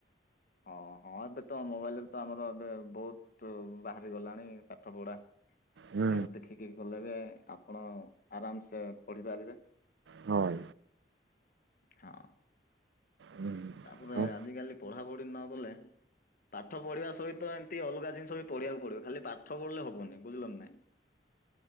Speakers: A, on the left; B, on the right.
A: ହଁ। ହଁ ଏବେ ତ ମୋବାଇଲରେ ତ ଆମର ଏବେ ବୋହୁତୁ ବାହାରି ଗଲାଣି ପାଠପଢା।
B: ହୁଁ
A: ଏଣୁ ଦେଖିକି ବି ଭଲଲାଗେ ଆପଣ ଆରାମସେ ପଢିପାରିବେ।
B: ହଁ।
A: ହଁ।
B: ହୁଁ।
A: ତାପରେ
B: ହଁ
A: ଆଜିକାଲି ପଢାପଢି ନ କଲେ ପାଠ ପଢିବା ସହିତ ଏମତି ଅଲଗା ଜିନିଷ ବି ପଢିବାକୁ ପଡିବ ଖାଲି ପାଠ ପଢିଲେ ହବନି ବୁଝିଲନି ନାଇଁ। <unintelligible>